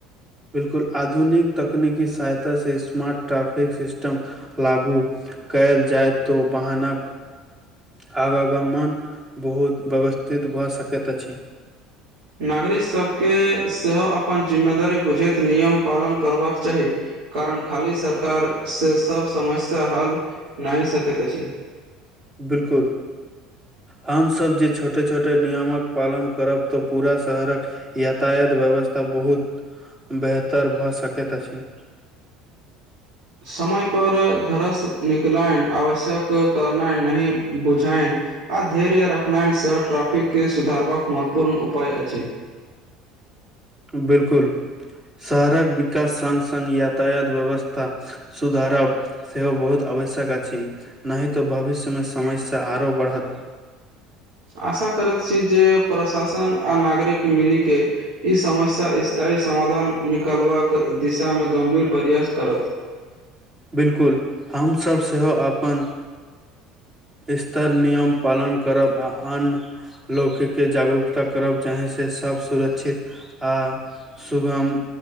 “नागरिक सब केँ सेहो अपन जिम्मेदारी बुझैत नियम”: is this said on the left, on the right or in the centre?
Right